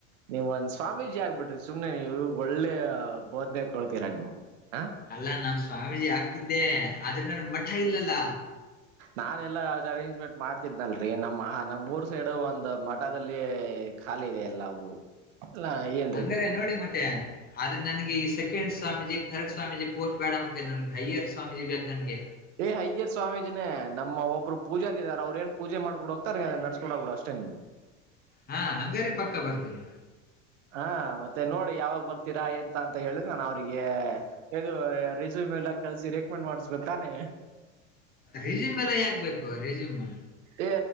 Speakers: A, on the right (about 75°); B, on the left (about 25°).
A: ನೀವ್ ಒಂದ ಸ್ವಾಮೀಜಿ ಆಗ್ಬಿಟ್ರಿ ಸುಮ್ನೆ ನೀವು ಒಳ್ಳೆ ಬೋದನೆ ಕೊಡ್ತೀರಾ ರಾ ನೀವು ಹ
B: ಅಲ್ಲ ನಾನ್ ಸ್ವಾಮೀಜಿ ಆಗ್ತಿದ್ದೆ ಆದ್ರೆ ನನ್ ಮಠ ಇಲ್ಲಲ್ಲ
A: ನಾನ ಎಲ್ಲಾ ಯಾವ್ದ ಅರೇಂಜ್ಮೆಂಟ್ ಮಾಡ್ತಿದ್ನಲ್ರರಿ ನಮ್ಮ ನಮ್ಊರ್ ಸೈಡ್ ಒಂದು ಮಠದಲ್ಲಿ ಖಾಲಿ ಇದೆ ಎಲ್ಲವು ಅಲ್ಲಾ ಏನ್ರೀ
B: ಹಂಗಾರೆ
A: ನೀವು
B: ನೋಡಿ ಮತ್ತೆ ಆದ್ರೆ ನನ್ಗೆ ಈ second Swamiji third Swamiji post ಬೇಡ ಮತ್ತೆ ನನ್ಗೆ ಅಯ್ಯರ್ ಸ್ವಾಮೀಜಿ ಬೇಕು ನನಗೆ.
A: ಏ್ ಹಯ್ಯರ್ ಸ್ವಾಮೀಜಿನೇ ನಮ್ಮ ಒಬ್ರು ಪೂಜಾರಿದಿದ್ದಾರೆ ಅವ್ರರು ಏನ್ ಪೂಜೆ ಮಾಡ್ಕೊಡ್ ಹೋಗ್ತಾರೆ ಅದನ್ನ ನಡ್ಸ್ಕೊಂಡ್ ಹೋಗಿಡ ಅಷ್ಟೇ.
B: ಹಾ ಹಂಗಾರೆ ಪಕ್ಕ ಬರ್ತೀನಿ.
A: ಹಾ ಮತ್ತೆ ನೋಡಿ ಯಾವಾಗ ಬರ್ತೀರಾ ಎಂತ ಅಂತ ಹೇಳಿದ್ರೆ ನಾನು ಅವ್ರಿಗೆ ಇದು ರೆಸ್ಯೂಮ್ ಎಲ್ಲ ಕಳಸಿ ರೆಕಮೆಂಡ್ ಮಾಡ್ಸ್ಬೇಕು ತಾನೇ.
B: ರಿಜಿಮ್ ಎಲ್ಲ ಯಾಗ್ಬೇಕೇಕು ರಿಜಿಮ್.
A: ಏ